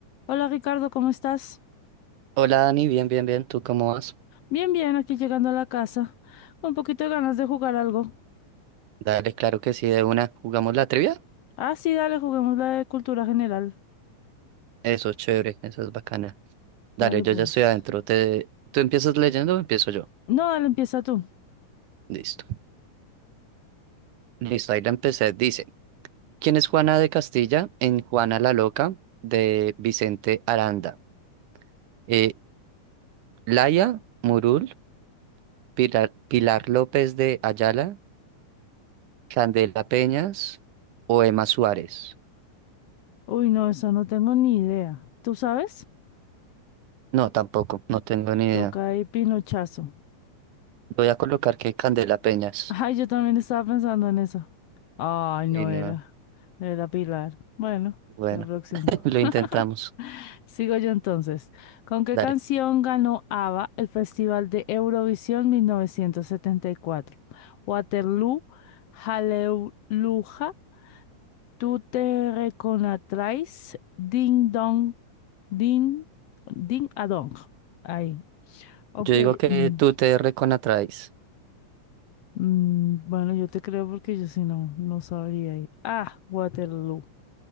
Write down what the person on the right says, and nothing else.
Hola Dani, bien, bien, bien, ¿tú cómo vas?
Dale, claro que sí, de una. ¿Jugamos la trivia?
Eso es chévere, eso es bacana. Dale,
yo
ya estoy adentro. Te... ¿Tú empiezas leyendo o empiezo yo?
Listo. Listo, ahí la empecé. Dice, ¿quién es Juana de Castilla en Juana la Loca de Vicente Aranda? Eh, Laia Murul, Pilar, Pilar López de Ayala, Candela Peñas o Emma Suárez.
No, tampoco, no tengo ni idea.
Voy a colocar que Candela Peñas.
Y no,
bueno.
Lo
intentamos.
Dale.
Yo digo que
tú te reconatraes.